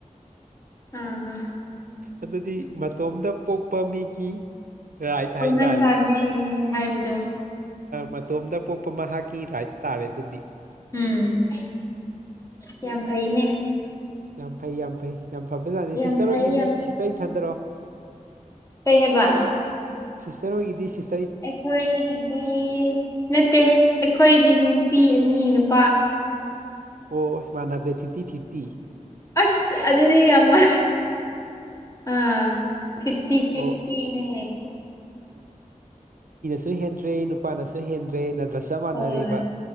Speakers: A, on the left (about 25°); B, on the right (about 80°).
A: ꯑ
B: ꯑꯗꯨꯗꯤ ꯃꯇꯣꯝꯗ ꯄꯣꯛꯄ ꯃꯤꯒꯤ ꯔꯥꯏꯠ
A: ꯍꯧꯅ
B: ꯍꯥꯏꯇꯥꯔꯦ
A: ꯁꯥꯅꯦ
B: ꯀꯥꯏ
A: ꯍꯥꯏꯕꯗꯣ
B: ꯃꯇꯣꯝꯗ ꯄꯣꯛꯄ ꯃꯍꯥꯛꯀꯤ ꯔꯥꯏꯠ ꯇꯥꯔꯦ ꯑꯗꯨꯗꯤ
A: ꯎꯝ ꯌꯥꯝ ꯐꯩꯅꯦ
B: ꯌꯥꯝ ꯐꯩ ꯌꯥꯝ ꯐꯩ ꯌꯥꯝ ꯐꯕꯖꯥꯠꯅꯤ
A: ꯌꯥꯝ
B: ꯁꯤꯁꯇꯔ
A: ꯐꯩ
B: ꯍꯣꯏꯒꯤꯗꯤ ꯁꯤꯁꯇꯔ ꯏꯊꯟꯗꯔꯣ
A: ꯀꯩꯍꯥꯏꯕ
B: ꯁꯤꯁꯇꯔ ꯍꯣꯏꯒꯤꯗꯤ ꯁꯤꯁ
A: ꯑꯩꯈꯣꯏꯒꯤꯗꯤ ꯅꯠꯇꯦ ꯑꯩꯈꯣꯏꯗꯤ ꯅꯨꯄꯤ ꯑꯅꯤ ꯅꯨꯞ
B: ꯑꯣ ꯃꯥꯅꯕ ꯐꯤꯞꯇꯤ ꯐꯤꯞꯇꯤ꯫
A: ꯑꯁ ꯑꯗꯨꯗꯤ ꯌꯥꯝꯃ ꯑꯥ ꯐꯤꯞꯇꯤ ꯐꯤꯞꯇꯤꯅꯦ꯫
B: ꯑꯣ ꯁꯨ ꯍꯦꯟꯗ꯭ꯔꯦ ꯅꯨꯄꯥꯅꯁꯨ ꯍꯦꯟꯗ꯭ꯔꯦ ꯅꯠꯇ꯭ꯔꯥ ꯆꯞ ꯃꯥꯅꯔꯦꯕ
A: ꯍꯣꯏ